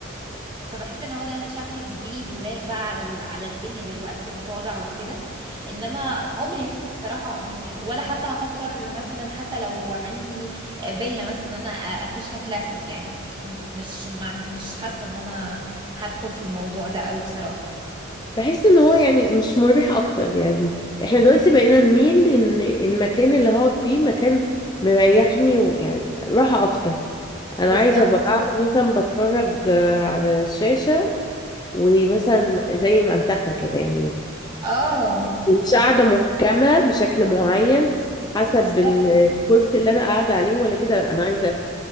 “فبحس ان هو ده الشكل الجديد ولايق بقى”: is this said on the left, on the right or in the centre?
Right